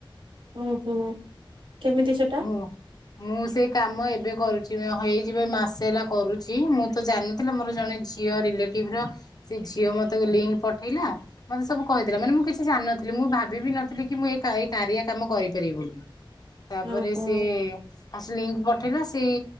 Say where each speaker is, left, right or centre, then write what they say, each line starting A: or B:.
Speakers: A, on the right; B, on the left.
A: ଓହୋ କେମିତି ସେଟା?
B: ହୁଁ ମୁଁ ସେଇ କାମ ଏବେ କରୁଛି ହେଇଯିବ ମାସ ହେଲା କରୁଛି ମୁଁ ତ ଜାଣୁଥିଲି ମୋର ଜଣେ ଝିଅ ରିଲେଟିଭ ର ସେ ଝିଅ ମତେ ଲିଙ୍କ ପଠେଇଲା। ମତେ ସବୁ କହିଥିଲା ମାନେ ମୁଁ କିଛି ଜାଣିନଥିଲି ମୁଁ ଭାବିବି ନଥିଲି କି ମୁଁ ଏ ଏ କାରିଆ କାମ କରିପାରିବି ବୋଲି। ତାପରେ
A: ଓହୋ
B: ସେ ଆଉ ସେ ଲିଙ୍କ ପଠେଇଲା ସେଇ